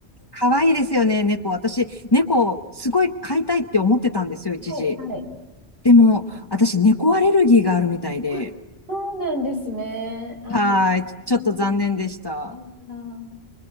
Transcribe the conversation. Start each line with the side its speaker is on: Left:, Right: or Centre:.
Left: かわいいですよね、猫。私、猫、すごい飼いたいって思ってたんですよ、一時。
Right: はい、はい。
Left: でも、私、猫アレルギーがあるみたいで。
Right: あ、そうなんですね。ああ、
Left: はい。ちちょっと残念でした。
Right: 残念。うんあ